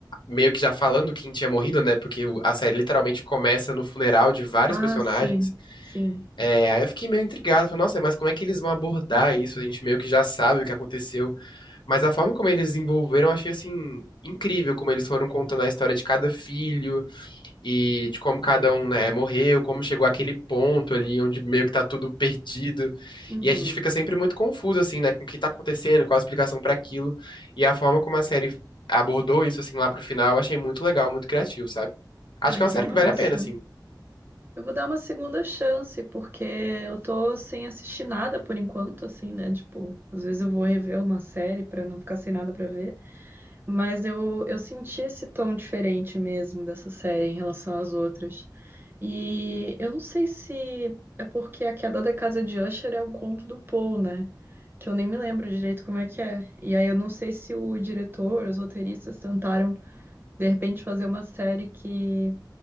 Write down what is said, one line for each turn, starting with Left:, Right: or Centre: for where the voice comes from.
Left: Meio que já falando quem tinha morrido, né? Porque o- a série literalmente começa no funeral de vários
Right: Ah,
Left: personagens.
Right: sim, sim.
Left: É, aí eu fiquei meio intrigado. Falei, nossa, mas como é que eles vão abordar isso? A gente meio que já sabe o que aconteceu. Mas a forma como eles envolveram, eu achei, assim, incrível. Como eles foram contando a história de cada filho e de como cada um, né, morreu, como chegou àquele ponto ali onde meio que tá tudo perdido.
Right: Uhum.
Left: E a gente fica sempre muito confuso, assim, né, com o que tá acontecendo, qual a explicação pra aquilo. E a forma como a série abordou isso, assim, lá pro final, eu achei muito legal, muito criativo, sabe? Acho
Right: Ai,
Left: que é uma
Right: que
Left: série
Right: massa.
Left: que vale a pena, assim.
Right: Eu vou dar uma segunda chance, porque eu tô sem assistir nada por enquanto, assim, né? Tipo, às vezes eu vou rever uma série pra não ficar sem nada pra ver. Mas eu, eu senti esse tom diferente mesmo dessa série em relação às outras. E eu não sei se é porque A Queda da Casa de Usher é um conto do Poe, né? Que eu nem me lembro direito como é que é. E aí eu não sei se o diretor, os roteiristas tentaram, de repente, fazer uma série que